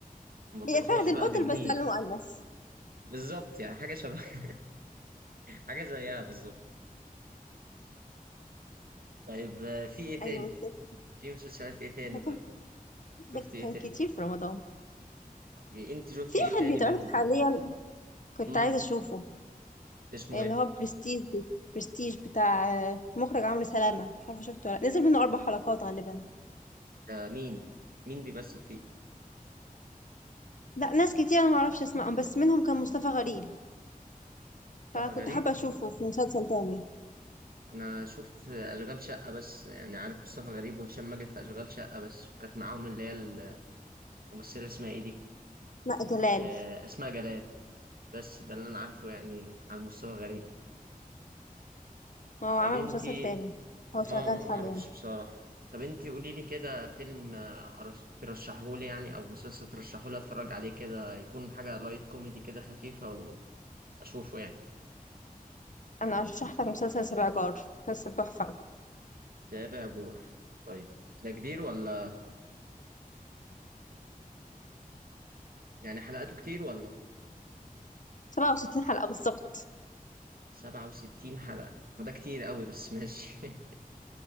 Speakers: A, on the right (about 80°); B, on the left (about 60°).
A: ما بطيقهاش
B: هي فهد
A: بقى
B: البطل
A: بجنيه
B: بس على مؤنث
A: بالظبط يعني حاجة شبه <laughs> حاجة زيها بالظبط طيب آه، في ايه تاني
B: ايوه بالظبط
A: في مسلسلات ايه تاني
B: ده
A: طيب
B: كان ده
A: شفت ايه
B: كان
A: تاني
B: كتير في رمضان
A: انت شفت
B: في
A: ايه
B: واحد
A: تاني
B: بيتعرض
A: منهم
B: حاليا كنت
A: امم
B: عايزة اشوفه
A: اسمه
B: اللي
A: ايه
B: هو برستيج برستيج بتاع آه، مخرج عمرو سلامة مش عارفة شفته ولا لأ. نزل منه اربع حلقات غالبا
A: آه مين مين بيمثل فيه
B: لا ناس كتير انا معرفش اسمائهم بس منهم كان مصطفى غريب فكنت
A: مصطفى غريب
B: حابة اشوفه في مسلسل تاني
A: انا شفت في اشغال شقه بس يعني عارف مصطفى غريب وهشام ماجد في اشغال شقه بس كانت معاهم اللي هي الممثله اسمها ايه دي
B: <laughs> لا جلال
A: آه، اسماء جلال بس ده اللي انا عارفه يعني عن مصطفى غريب
B: ما هو
A: طب
B: عمل
A: انتي
B: مسلسل تاني هو شغال
A: اه ما انا معرفش
B: حاليا
A: بصراحه طب انتي قولي لي كده فيلم ترشحه لي يعني او مسلسل ترشحه لي اتفرج عليه كده يكون حاجه لايت كوميدي كده خفيفه واشوفه يعني
B: انا ارشح لك مسلسل سبع جار مسلسل تحفة
A: تابع جور طيب ده كبير ولا يعني حلقاته كتير ولا
B: 67 حلقة بالظبط
A: سبعة وستين حلقة وده كتير قوي بس ماشي <laughs>